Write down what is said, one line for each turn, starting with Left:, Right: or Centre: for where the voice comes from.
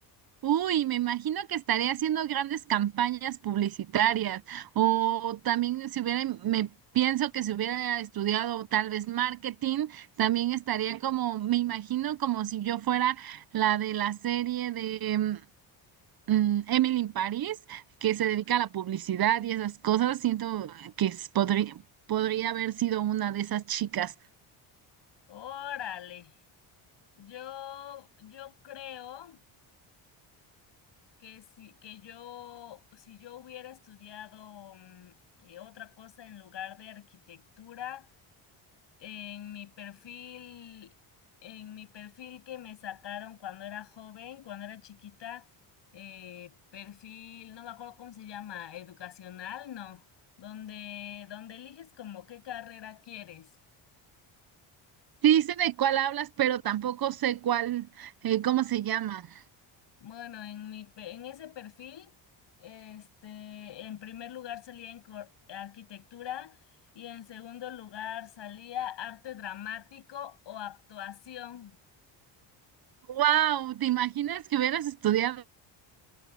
Right: Uy, me imagino que estaría haciendo grandes campañas publicitarias o también si hubiera, me pienso que si hubiera estudiado tal vez marketing, también estaría como, me imagino como si yo fuera la de la serie de... em, mm, Emily in Paris, que se dedica a la publicidad y esas cosas, siento que es- podría, podría haber sido una de esas chicas.
Left: Órale. Yo yo creo que si que yo si yo hubiera estudiado mm, eh, otra cosa en lugar de arquitectura en mi perfil en mi perfil que me sacaron cuando era joven, cuando era chiquita, eh, perfil, no me acuerdo cómo se llama, educacional, no, donde donde eliges como qué carrera quieres.
Right: Sí sé de cuál hablas, pero tampoco sé cuál, eh, cómo se llama.
Left: Bueno, en mi, pe- en ese perfil, este, en primer lugar salía en cor- arquitectura y en segundo lugar salía arte dramático o actuación.
Right: Wow, ¿te imaginas que hubieras estudiado